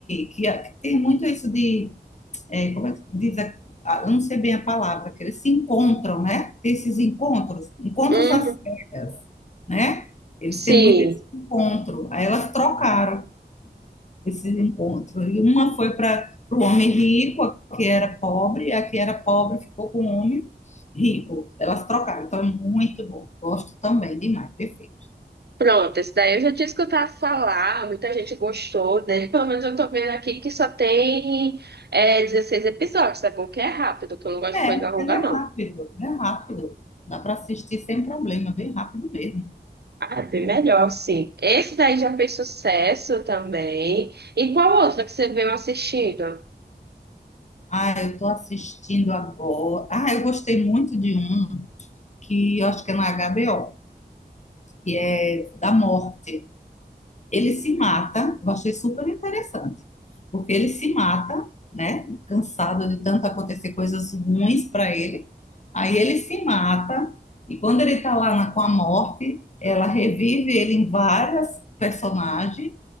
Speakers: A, on the left; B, on the right.
A: que, que tem muito isso de, é, como é que diz, a- a- eu não sei bem a palavra, que eles se encontram, né? Tem esses encontros, encontros
B: Uhum.
A: às cegas, né? Eles
B: Sim.
A: têm muito esse encontro. Aí elas trocaram esses encontros. E uma foi para o homem rico, a que era pobre, a que era pobre ficou com o homem rico. Elas trocaram, então é muito bom. Gosto também demais, perfeito.
B: Pronto, esse daí eu já tinha escutado falar, muita gente gostou dele. <laughs> Pelo menos eu tô vendo aqui que só tem é, 16 episódios, tá bom? Que é rápido, que eu não gosto
A: É,
B: de coisa longa,
A: ela é
B: não.
A: rápido, é rápido. Dá para assistir sem problema, é bem rápido mesmo.
B: Ah, é bem melhor, sim. Esse daí já fez sucesso também. E qual outra que você veio assistindo?
A: Ah, eu estou assistindo agora. Ah, eu gostei muito de um que eu acho que é na HBO, que é da morte. ele se mata, eu achei super interessante, porque ele se mata, né? Cansado de tanto acontecer coisas ruins para ele. Aí ele se mata, e quando ele tá lá na- com a morte, ela revive ele em várias personagens